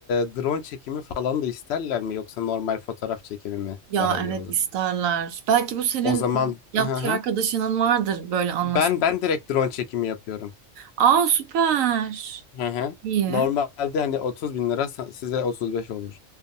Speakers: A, on the left; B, on the right.
A: e, drone çekimi falan da isterler mi yoksa normal fotoğraf çekimi mi
B: Ya
A: daha iyi
B: evet
A: olur?
B: isterler. Belki bu senin
A: O zaman
B: yatçı
A: hı hı.
B: arkadaşının vardır böyle anlaşma.
A: Ben ben direkt drone çekimi yapıyorum.
B: Aa süper.
A: Hı hı.
B: İyi.
A: Normalde hani 30 bin lira sa- size 35 olur.